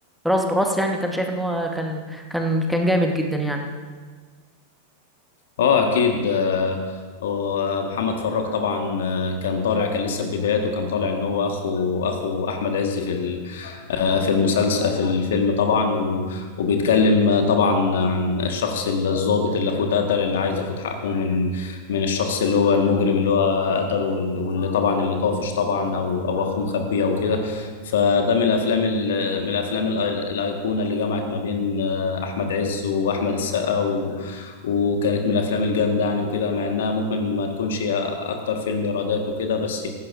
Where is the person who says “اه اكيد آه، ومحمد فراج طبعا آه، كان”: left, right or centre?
Left